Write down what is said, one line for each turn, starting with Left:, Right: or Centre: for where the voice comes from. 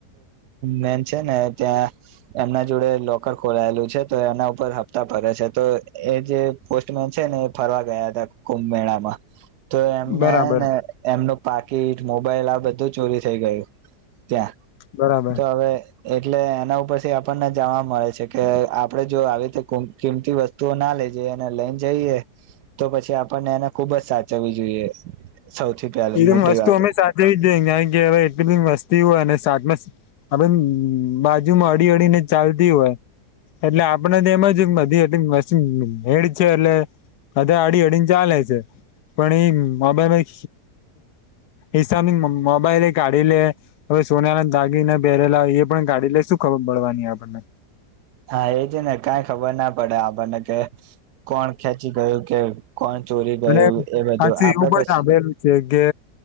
Right: મે છેને ત્યાં એમના જોડે. ખોલાયેલું છે તો એના ઉપર હપ્તા ભરે છે, તો એ જે પોસ્ટમેન છે ને એ ફરવા ગયા હતા. કુંભ મેળામાં. તો એમને
Left: એવું બરાબર
Right: ને એમનું પાકીટ મોબાઈલ આ બધું ચોરી થઈ ગયું. ત્યાં
Left: બરાબર
Right: તો હવે એટલે એના ઉપરથી આપણને જાવા મળે છે. કે આપડે જો આવી રીતે કિંમતી વસ્તુઓ ના લે જઈએ અને લઈને જઈએ તો પછી. આપણને એને ખુબ જ સાચવવી જોઈએ. સૌથી પહેલા
Left: એંગ
Right: મોટી
Left: વસ્તુઓમે
Right: વાત
Left: સાધવીે હ ગવા એટંગ વસ્તુ. તી હોય ને શાક આપ બાજુમાં અળી અડીને ચાલતી હોય. એટલે આપડ તો એમાં જ નથીી એટ મેડ છે એટલે. અધ અડી અડીને ચાલે છે પણ એ મોબાઈ. હિસાબની મોબાઈલ કાઢી લે હવે સોના ના દાગી ના બેહેરેલા એ પણ કાઢી લે શું ખબર. મળળવાની આપણને.
Right: હા, એ છે ને કઈ ખબર ના પડે આપણને કે કોણ ખેંચી ગયું કે. કોણ ચોરી ગયું
Left: અને
Right: એ બધું
Left: સાચું
Right: આપડે
Left: એવું પણ
Right: પછી
Left: સાંભેલું છે, કે